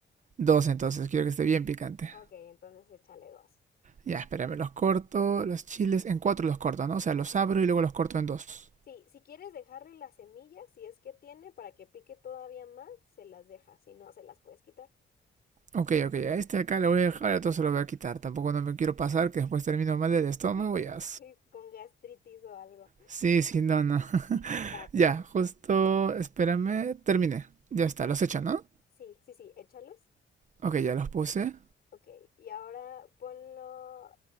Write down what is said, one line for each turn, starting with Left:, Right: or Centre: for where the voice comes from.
Right: Dos entonces, quiero que esté bien picante.
Left: Ok, entonces échale dos.
Right: Ya, espérame, los corto, los chiles, en cuatro los corto, ¿no? O sea, los abro y luego los corto en dos.
Left: Sí, si quieres dejarle las semillas, si es que tiene, para que pique todavía más, se las dejas. Si no, se las puedes quitar.
Right: Ok, ok, a este acá lo voy a dejar, entonces lo voy a quitar. Tampoco no me quiero pasar que después termino mal del estómago
Left: <laughs>
Right: ya
Left: Sí, Con gastritis o algo.
Right: Sí, sí, no, no.
Left: Va, perfecto.
Right: Ya, justo, espérame, terminé. Ya está,
Left: Va.
Right: los he hecho, ¿no?
Left: Sí, sí, sí, échalos.
Right: Ok, ya los puse.
Left: Ok, y ahora ponlo